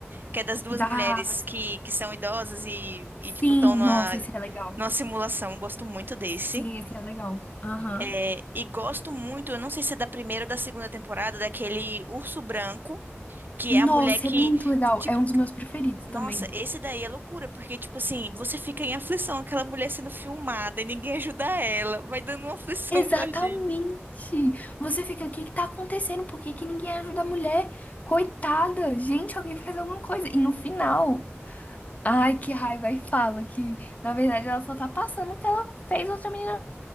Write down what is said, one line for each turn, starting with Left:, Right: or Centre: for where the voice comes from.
Right: que é das duas
Left: Da.
Right: mulheres que, que são idosas e, e
Left: Sim,
Right: tipo, estão numa,
Left: nossa, esse é legal.
Right: numa simulação. Eu Gosto muito desse.
Left: Sim, esse é legal. Aham.
Right: É, e gosto muito, eu não sei se é da primeira ou da segunda temporada, daquele Urso Branco, que
Left: Nossa,
Right: é a mulher que,
Left: é muito legal.
Right: tipo,
Left: É um dos meus preferidos também.
Right: nossa, esse daí é loucura, porque, tipo assim, você fica em aflição, aquela mulher sendo filmada e ninguém ajuda ela, vai dando uma aflição
Left: Exatamente.
Right: <laughs> na gente.
Left: Você fica, o que que tá acontecendo? Por que que ninguém ajuda a mulher? Coitada. Gente, alguém faz alguma coisa. E no final, ai, que raiva. E fala que, na verdade, ela só tá passando o que ela fez outra menina